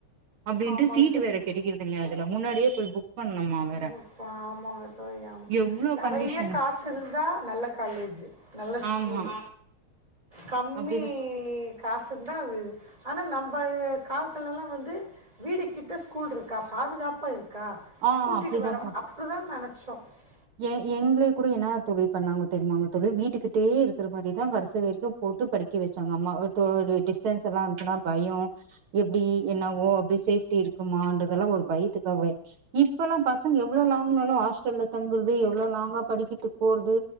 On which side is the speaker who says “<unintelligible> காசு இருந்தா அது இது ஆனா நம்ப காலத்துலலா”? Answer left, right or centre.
Right